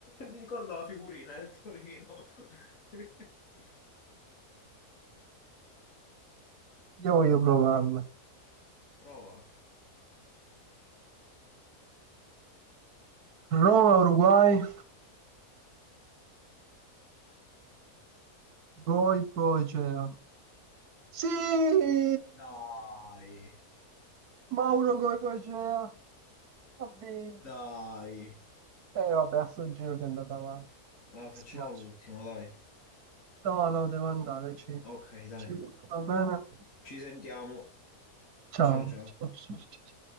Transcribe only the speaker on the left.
mi ricordo la figurina del Torino. <laughs>
Prova.
Dai,
dai.
Allora,
facciamo
l'ultima, dai.
Ok, dai.
Ci sentiamo.
Ciao, ciao.